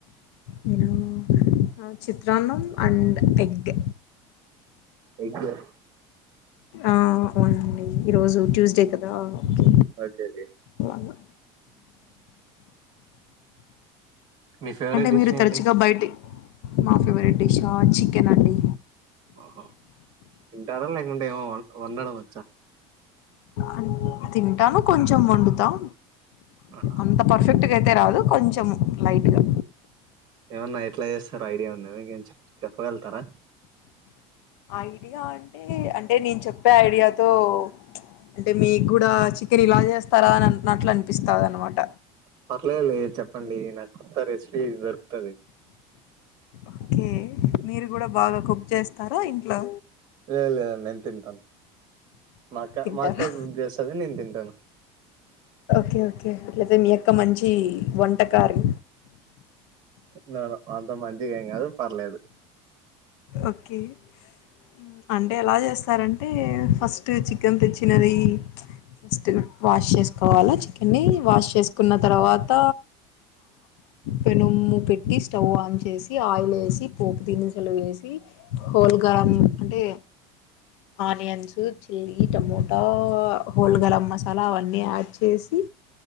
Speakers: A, on the left (about 85°); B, on the right (about 30°).
A: నేనా చిత్రాన్నం అండ్ ఎగ్
B: ఇ <unintelligible>
A: ఆ అవునండి ఈరోజు ట్యూస్డే కదా ఓకే
B: ఓకే ఓకే
A: అలాగా
B: మీ ఫేవరెట్
A: అంటే
B: డిష్
A: మీరు
B: ఏంటి
A: తరచుగా బయటి మా ఫేవరెట్ డిషా చికెన్ అండి
B: ఓ హో తింటార లే వండడం వచ్చా
A: అన్- తింటాను కొంచెం వండుతాం
B: ఆహా
A: అంత పర్ఫెక్ట్ అయితే రాదు కొంచెం లైట్గా
B: ఏమన్నా ఎట్లా చేస్తారా ఐడియా ఉందా మా కేమి చెప్పగలుగుతారా
A: ఐడియా అంటే అంటే నేను చెప్పే ఐడియాతో అంటే మీకు కూడా చికెన్ ఇలా చేస్తారా అని అన్నట్లు అనిపిస్తాదన్న మాట
B: పర్లేదులే చెప్పండి నాకు కొత్త రే సిపి దొరుకుతాది
A: ఓకే మీరు కూడా బాగా కుక్ చేస్తారా ఇంట్లో
B: లేదు లేదండి నెన్ థింటన్ మాక్క
A: తింటారా
B: మాక్క కూకె చేష్ఠది నెన్ థింటా టాన్
A: ఓకే ఓకే అట్లైతే మీ అక్క మంచి చ్చి వంటకారి
B: న అంత మంచిగా ఎమ్ కాదు పర్లేదు
A: ఓకే ఉమ్ అంటే ఎలా చేస్తారంటే ఫస్ట్ చికెన్ తెచ్చినది ఫస్ట్ వాష్ చేసుకోవాలా చికెన్ని వాష్ చేసుకున్న తర్వాత పెనుము పెట్టి స్టవ్ ఆన్ చేసి చేసి ఆయిల్ వేసి పోపు దినుసులు వేసి సి హోల్ గరం అంటే onions chilli tomato whole garam masala అవన్నీ యాడ్ చేసి